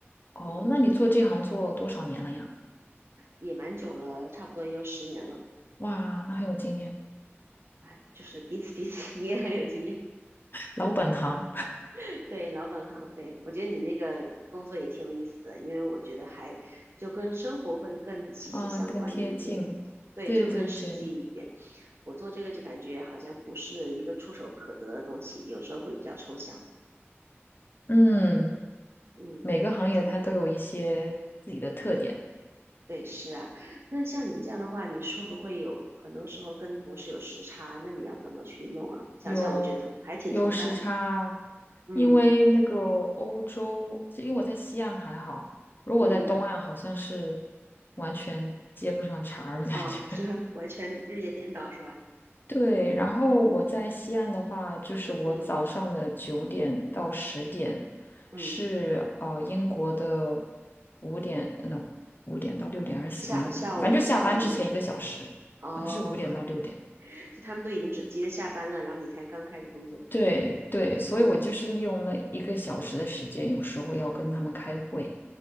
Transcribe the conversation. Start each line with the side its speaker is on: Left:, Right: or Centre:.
Left: 哦，
Right: 嗯，
Left: 那你做这行做多少年了呀？
Right: 也蛮久了，差不多也有十年了，
Left: 哇，那很有经验，
Right: 哎，就是彼此彼此，你也很有经验。
Left: 老本行
Right: <laughs> 对，老本行，对，我觉得你那个工作也挺有意思的，因为我觉得还就跟生活会更息息相关一点，
Left: 啊，更贴近，
Right: 对，
Left: 对对对，
Right: 就更实际一点。我做这个就感觉好像不是一个触手可得的东西，有时候会比较抽象。
Left: 嗯，
Right: 嗯，
Left: 每个行业它都有一些自己的特点，
Right: 就对，是啊。那像你这样的话，你是不会有很多时候跟同事有时差？那你要怎么去弄啊？想想我觉得头还挺头大的。
Left: 有有时差，
Right: 嗯
Left: 因为那个欧洲，就因为我在西岸还好，如果在东岸好像是
Right: 嗯，
Left: 完全接不上茬儿的感觉。
Right: 啊，<laughs> 就是完全日夜颠倒是吧？
Left: 对，然后我在西岸的话，就是我早上的九点到十点
Right: 嗯嗯。
Left: 是呃英国的五点呃，no 五点到六点还是四点到五点，
Right: 下下午下午五点
Left: 反正就下班之前一个小时，
Right: 哦，
Left: 好像是五点到六点。
Right: <laughs> 就他们都已经只急着下班了，然后你才刚开始工作。
Left: 对对，所以我就是利用那一个小时的时间，
Right: 嗯
Left: 有时候要跟他们开会。